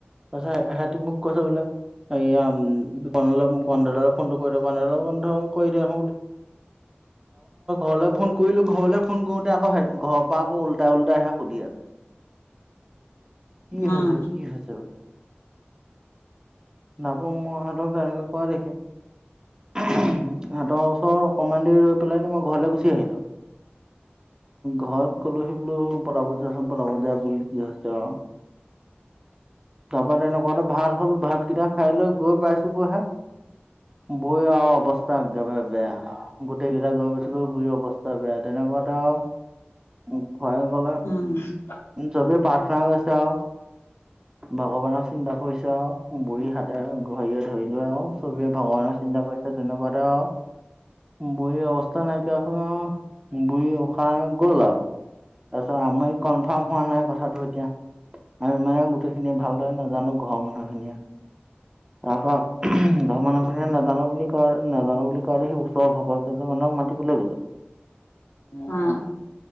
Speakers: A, on the right; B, on the left.
A: কৈছে ইহ'তে মোক কৈছে বোলে। <unintelligible> তাৰপা মই ঘৰলে ফোন কৰিলোঁ, ঘৰলে ফোন কৰোতে তেতিয়া আকৌ হে ঘৰৰ পৰা আকৌ ওলটাই ওলটাহে সুধি আছে। কি
B: উম
A: হৈছে কি হৈছে? তাপা মই ইহঁতক এনেকে কোৱ দেখি ইহঁতৰ ওচৰ অকমান দেৰি ৰৈ পেলাইন মই ঘৰলে গুচি আহিলোঁ, ঘৰত ক'লোহি বোলো পতাপত জাচোন পতাপত জা, বুঢ়ী কি হৈছে আৰু তাৰপৰা তেনেকুৱাতে ভাল হ'ল, ভাত কেইটা লৈ গৈ পাইছোগৈহে, বৌৱে আৰু অৱস্থা একেবাই বেয়া আৰু, গোটেই কেইটা গৈ পাছোগৈ বুঢ়ী অৱস্থা বেয়া, তেনেকুৱাতে আৰু খুৰাঈ ক'লে,
B: উম
A: চবেই প্ৰাৰ্থনা গাইছে আৰু ভগৱানক চিন্তা কৰিছে আৰু, বুঢ়ী হাত ঘৰিয়ে ধৰিলো আৰু, চবেই ভগৱানৰ চিন্তা কৰিছে তেনেকুৱাতে আৰু বুঢ়ীৰ অৱস্থা নাইকিয়া হৈ আৰু বুঢ়ী উশাহ গ'ল আৰু। তাৰপিছত আমাৰ ই কনফাৰ্ম হোৱা নাই কথাটো এতিয়া আৰু আমি মানে গোটেইখিনি ভালদৰে নাজানো ঘৰৰ মানুহ খিনিয়ে তাপা ঘৰ মানুহখিনিয়ে নাজানো বুলি কয়, নাজানো বুলি কোৱা দেসি ওচৰ ভকত কেইজনমানক মাতিবলৈ গলে। একো শুনা নগল
B: উম,